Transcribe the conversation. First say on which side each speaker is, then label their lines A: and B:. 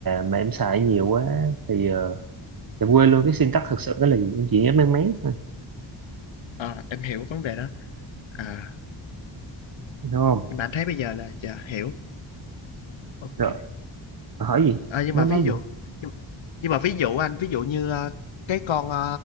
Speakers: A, on the right; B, on the left.
A: mà em xài nhiều quá thì ờ, em quên luôn cái syntax thực sự đó là gì em chỉ nhớ mang máng thôi
B: à, em hiểu vấn đề đó à
A: đúng không
B: nhưng mà anh thấy bây giờ là dạ hiểu ok
A: rồi hỏi gì
B: Ờ, nhưng
A: mới
B: mà
A: nói
B: ví dụ
A: gì
B: nhưng, nhưng mà ví dụ anh ví dụ như ờ, cái con ờ,